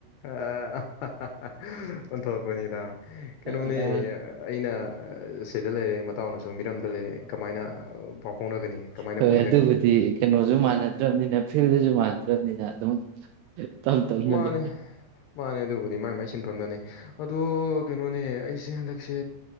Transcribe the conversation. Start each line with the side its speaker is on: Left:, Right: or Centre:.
Left: ꯑꯣꯟꯊꯣꯔꯛꯄꯅꯤꯗ ꯀꯩꯅꯣꯅꯦ
Right: ꯑꯥ
Left: ꯑꯩꯅ ꯁꯤꯗ ꯂꯩꯔꯦ ꯃꯇꯥꯎꯅꯁꯨ ꯃꯤꯔꯝꯗ ꯂꯩꯔꯦ ꯀꯃꯥꯏꯅ ꯐꯥꯎꯅꯒꯅꯤ ꯀꯃꯥꯏꯅ
Right: ꯍꯣꯏ
Left: ꯄꯨꯟꯒꯅꯤ
Right: ꯑꯗꯨꯕꯨꯗꯤ ꯀꯩꯅꯣꯁꯨ ꯃꯥꯟꯅꯗ꯭ꯔꯕꯅꯤꯅ ꯐꯤꯜꯗꯁꯨ ꯃꯥꯟꯗ꯭ꯔꯕꯅꯤꯅ ꯑꯗꯨꯝ ꯇꯞ ꯇꯞꯅꯅꯦ
Left: ꯃꯥꯅꯦ ꯃꯥꯅꯦ ꯑꯗꯨ ꯑ ꯃ ꯃꯥ ꯃꯥꯏ ꯁꯤꯟꯐꯝꯝꯅꯦ ꯑꯗꯨꯗꯣ ꯀꯩꯅꯣꯅꯦ ꯑꯩꯁꯦ ꯍꯟꯗꯛꯁꯦ